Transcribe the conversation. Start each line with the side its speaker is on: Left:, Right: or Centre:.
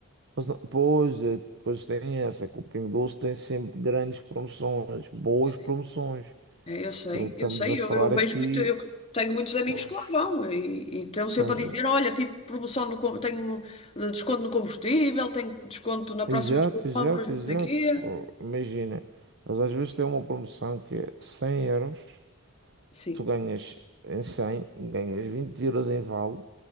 Right: Mas não- Pois, é, depois tem essa, que o Pingo Doce tem sempre grandes promoções, boas
Left: Sim.
Right: promoções.
Left: É, Eu sei,
Right: Então, estamos
Left: eu sei,
Right: a falar
Left: eu, eu vejo
Right: aqui,
Left: muito, eu tenho muitos amigos
Right: pois,
Left: que lá vão e, e estão sempre
Right: estamos
Left: a dizer,
Right: a...
Left: olha, tipo, promoção no, com- tenho eh, desconto no combustível, tenho desconto na próxima
Right: Exato, exato,
Left: compras, não
Right: exato.
Left: sei o quê.
Right: Fo- Imagina, eles às vezes têm uma promoção que é 100 euros,
Left: Sim,
Right: tu ganhas em 100, ganhas 20 euros em vale